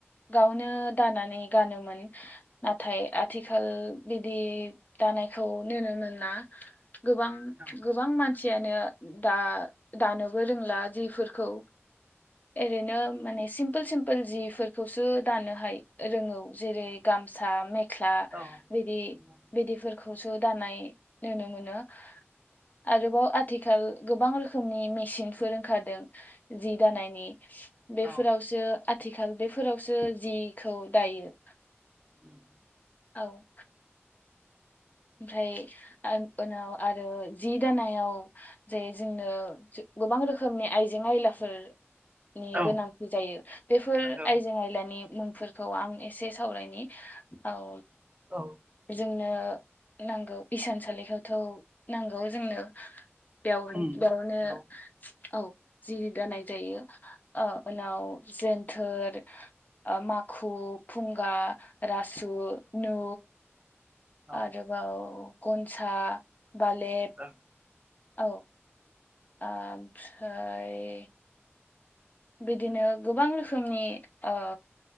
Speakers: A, on the left; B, on the right.
A: गावनो दाना नै गानोमोन नाथाय आथिखाल बिदि दानायखौ नुनो मोना ना गोबां
B: औ
A: गोबां मानसियानो दा दानोबो रोंला जिफोरखौ ओरैनो माने सिम्पोल सिम्पोल जिफोरखौसो दानो हायो रोंगौ जेरै गाम सा मेख्ला
B: औ
A: बिदि
B: नंगौ
A: बिदिफोरखौसो दानाय नुनो मोनो। आरोबाव आथिखाल गोबां रोखोमनि मेसिनफोर ओंखारदों जि दानायनि बेफोरावसो
B: औ
A: आथिखाल बेफोरावसो जिखौ दायो।
B: उम
A: औ ओमफ्राय ओ उनाव आरो जि दानायाव जे जोंनो गोबां रोखोमनि आइजें आयलाफोर नि
B: औ
A: गोनांथि जायो बेफोर
B: नंगौ
A: आइजें आयलानि मुंफोर खौ आं एसे सावरायनि औ
B: औ
A: जोंनो नांगौ इसानसालिखौथ' नांगौ जोंनो बेयावनो
B: उम
A: बेयावनो
B: नंगौ
A: औ जि दानाय जायो ओ उनाव जोन्थोर ओ माखु फुंगा रासु नु
B: औ
A: आरोबाव गनसा बालेब
B: ओं
A: औ ओमफ्राय बिदिनो गोबां रोखोमनि ओ